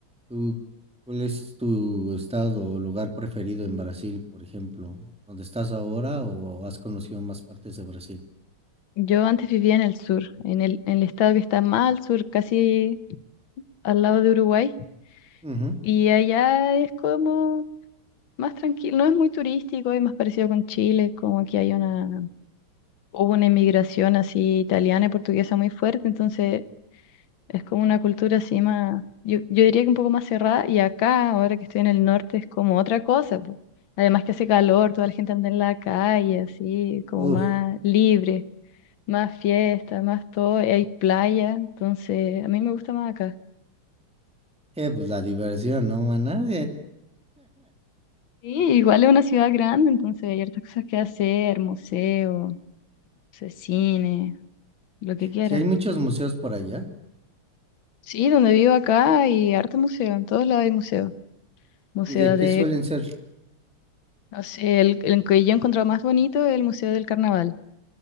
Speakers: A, in the centre; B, on the left.
A: ¿Tú, cuál es tu estado o lugar preferido en Brasil, por ejemplo? ¿Dónde estás ahora o has conocido más partes de Brasil?
B: Yo antes vivía en el sur, en el, en el estado que está más al sur, casi al lado de Uruguay,
A: Ujú.
B: y allá es como más tranquilo, no es muy turístico, es más parecido con Chile, como aquí hay una, hubo una inmigración así italiana y portuguesa muy fuerte, entonces Es como una cultura así más, yo, yo diría que un poco más cerrada y acá, ahora que estoy en el norte, es como otra cosa. po. Además que hace calor, toda la gente anda en la calle, así, como
A: Uf,
B: más libre, más fiesta, más todo, y hay playa, entonces a mí me gusta más acá.
A: eh, pues la diversión, ¿no, maná?
B: Sí, igual es una ciudad grande, entonces hay hartas cosas que hacer, museo, no sé, cine, lo que quieras.
A: Si <laughs> hay muchos museos por allá.
B: Sí, donde vivo acá hay harto museo, en todos lados hay museo. Museo
A: ¿Y de qué
B: de
A: suelen ser?
B: No sé, el, el que yo he encontrado más bonito es el Museo del Carnaval,